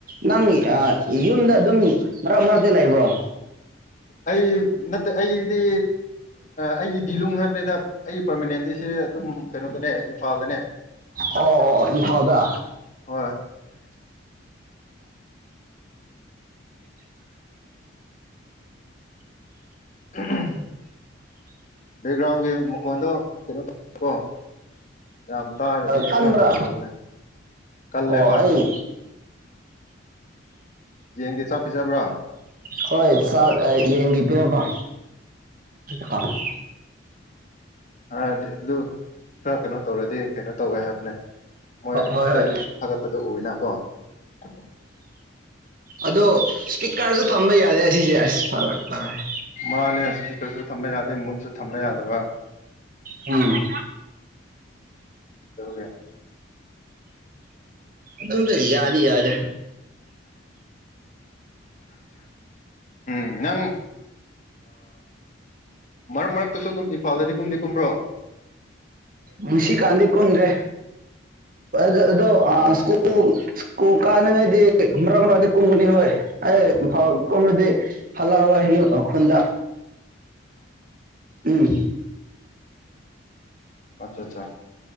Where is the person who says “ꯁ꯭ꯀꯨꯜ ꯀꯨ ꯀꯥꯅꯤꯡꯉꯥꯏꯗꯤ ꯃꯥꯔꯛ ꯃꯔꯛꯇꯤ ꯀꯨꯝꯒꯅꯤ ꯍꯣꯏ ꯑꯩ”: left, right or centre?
Right